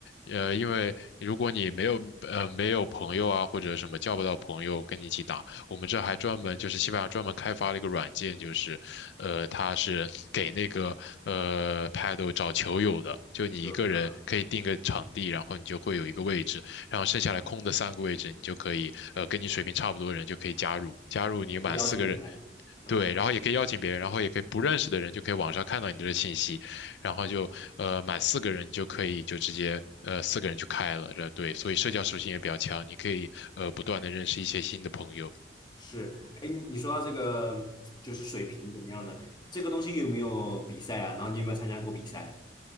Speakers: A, on the left; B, on the left.
A: 呃，因为如果你没有呃没有朋友啊，或者什么叫不到朋友跟你一起打，我们这还专门就是西班牙专门开发了一个软件，就是呃，它是给那个呃 Paddle 找球友的，就你一个人可以定个场地，
B: 就啊，
A: 然后你就会有一个位置，然后剩下来空的三个位置，
B: 嗯
A: 你就可以呃跟你水平差不多的人就可以加入，加入你满四个人。
B: 邀请人来的，嗯
A: 对，然后也可以邀请别人，然后也可以不认识的人就可以网上看到你这个信息，然后就呃满四个人你就可以就直接呃四个人就开了，
B: 嗯，
A: 这对，所以社交属性也比较强，你可以呃不断的认识一些新的朋友。
B: 是，哎，你你说到这个就是水平怎么样的，这个东西有没有比赛啊？然后你有没有参加过比赛？